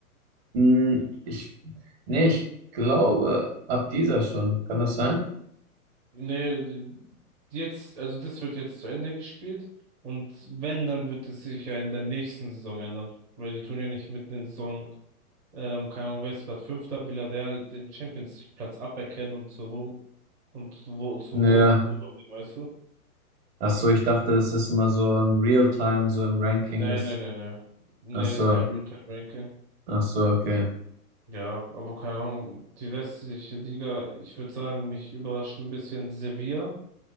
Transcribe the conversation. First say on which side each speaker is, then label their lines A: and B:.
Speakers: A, on the right (about 40°); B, on the right (about 15°).
A: mh, ich, nee, ich glaube, ab dieser schon. Kann das sein?
B: Nee, d- jetzt, also das wird jetzt zu Ende gespielt und wenn, dann wird es sich ja in der nächsten Saison ändern, weil die tun ja nicht mitten in der Saison, ähm, keine Ahnung, wer ist gerade Fünfter, Villarreal den Champions League Platz aberkennen und zu Rom und zu, Ro- zu
A: Ja.
B: Rom rüberbringen, weißt du?
A: Ach so, ich dachte, das ist immer so im Real-Time, so im Ranking,
B: Nee,
A: das.
B: nee, nee, nee. Nee,
A: Ach so,
B: ist kein Realtime-Ranking.
A: ach so, okay.
B: Ja, aber keine Ahnung, die westliche Liga, ich würde sagen, mich überrascht ein bisschen Sevilla,